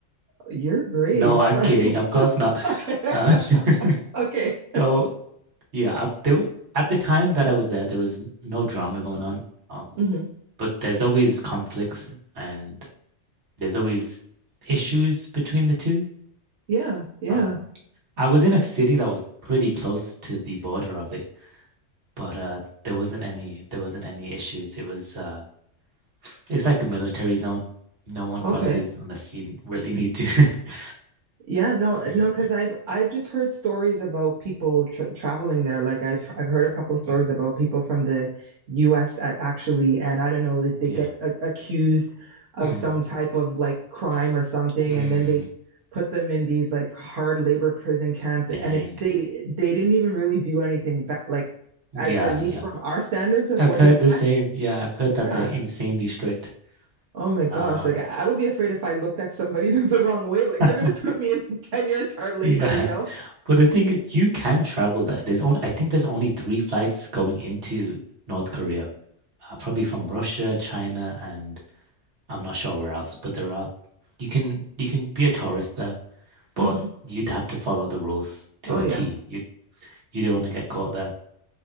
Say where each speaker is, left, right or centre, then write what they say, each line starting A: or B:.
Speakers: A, on the right; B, on the right.
A: You're brave.
B: No, I'm kidding.
A: <laughs>
B: Of course not.
A: Okay.
B: Uh,
A: <laughs> Okay.
B: <laughs> so Yeah, I've, there w- at the time that I was there, there was n- no drama going on. Um,
A: hmm
B: but there's always conflicts and there's always issues between the two.
A: Yeah. Yeah.
B: Um, I was in a city that was pretty close to the border of it, but uh, there wasn't any there wasn't any issues. It was uh, it's like a military zone. No one
A: Okay.
B: crosses unless you really need to. <laughs>
A: Yeah, no,
B: Mm,
A: no, because I've I've just heard stories about people tra traveling there. Like I've I've heard a couple stories
B: mm,
A: about people from the U.S. at actually, and I don't know that they
B: yeah.
A: get a accused of
B: Mm,
A: some type of like crime
B: s-
A: or something,
B: s- mm,
A: and then they put them in these like hard labor prison camps,
B: dang.
A: and it's they they didn't even really do anything bad, like
B: Yeah,
A: at, at least
B: yeah.
A: from our standards of
B: I've
A: what
B: heard
A: is
B: the same.
A: bad.
B: Yeah, I've heard
A: Yeah.
B: that they're insanely strict.
A: Oh my gosh,
B: Um,
A: like I I would be afraid if I looked at somebody <laughs> the wrong way, like
B: <laughs>
A: they're gonna put me in <laughs> 10 years hard labor,
B: yeah.
A: you know?
B: But the thing is, you can travel there. There's only, I think there's only three flights going into North Korea, uh, probably from Russia, China, and I'm not sure where else, but there are, you can, you can be a tourist there, but
A: hmm
B: you'd have to follow the rules to
A: Oh,
B: a
A: yeah,
B: T. You, you don't want to get caught there.